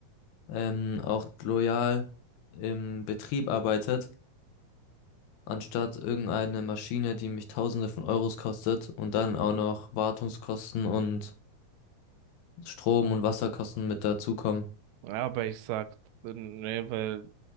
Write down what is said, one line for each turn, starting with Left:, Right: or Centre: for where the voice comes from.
Left: ähm, auch loyal im Betrieb arbeitet, anstatt irgendeine Maschine, die mich Tausende von Euros kostet und dann auch noch Wartungskosten und Strom- und Wasserkosten mit dazukommen.
Right: Ja, aber ich sag, äh, nee, weil